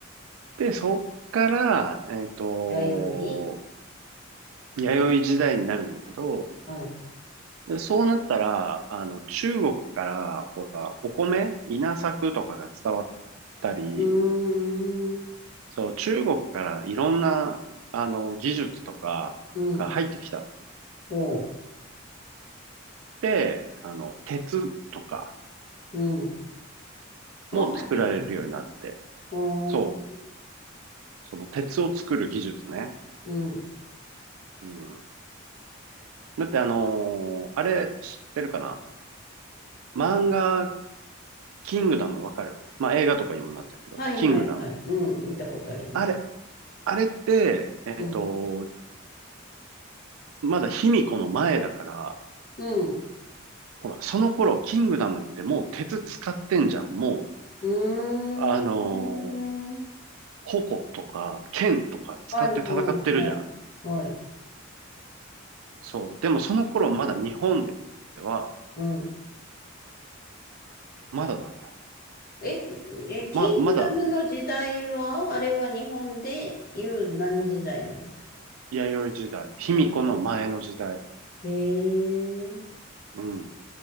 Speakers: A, on the right; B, on the left.
A: で、そっから、えっと、
B: 弥
A: 弥生時代になるんだけど、
B: 生はい。
A: で、そうなったら、あの、中国から、ほら、お米、稲作とかが伝わったり、
B: うーん。
A: そう、中国からいろんな、あの、技術とかが入ってきた
B: うん。おう。
A: って、あの、鉄とか
B: うん。もう入ってきたんですか
A: も作られるようになって、
B: おー。
A: そう、その鉄を作る技術ね。
B: うん。
A: うん。だってあのーあれ知ってるかな漫画、キングダムわかるまあ映画とかにもなったけど、
B: はいはいはい。
A: キングダム。
B: うん。見たことあります。
A: あれ、あれって、えっと、
B: うん。
A: まだ卑弥呼の前だから、
B: うん。
A: ほら、その頃、キングダムってもう鉄使ってんじゃん。も
B: うーん。
A: う、あのー矛とか剣とか使って戦ってるじゃん。
B: はいはいはい。はい。
A: そう。でもその頃まだ日本では、
B: うん。
A: まだだった。
B: え、え、キングダムの時代は、
A: ま、まだ、
B: あれは日本でいう何時代なんですか
A: 弥生時代、卑弥呼の前の時代。
B: はい。へえ。
A: うん。